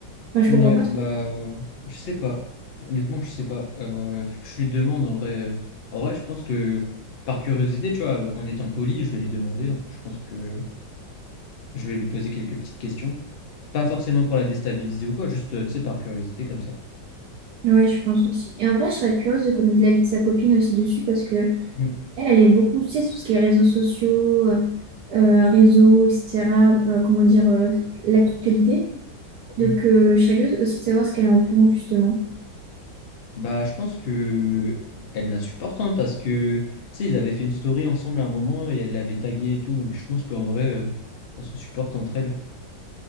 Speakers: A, on the right; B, on the left.
A: Enfin, je
B: ouais,
A: comprends pas trop.
B: bah. euh, Je sais pas. Honnêtement, je sais pas. Euh, faut que je lui demande en vrai. euh. En vrai, je pense que par curiosité, tu vois, en étant poli, je vais lui demander. hein. Je pense que. Je vais lui poser quelques petites questions. Pas forcément pour la déstabiliser ou quoi, juste, euh, tu sais, par curiosité comme ça.
A: Ouais, je pense aussi. Et en vrai, je serais curieuse de connaître l'avis de sa copine aussi dessus parce que
B: Mm,
A: Elle, elle est beaucoup, tu sais, tout ce qui est réseaux sociaux, euh, euh, réseaux, etc. euh, comment dire, euh, l'actualité. Donc,
B: mm.
A: euh, je serais curieuse aussi de savoir ce qu'elle en pense, justement.
B: Bah, je pense que elle la supporte, hein, parce que, tu sais, ils avaient fait une story ensemble à un moment et elle l'avait tagué et tout. Donc, je pense qu'en vrai, euh, elles se supportent entre elles.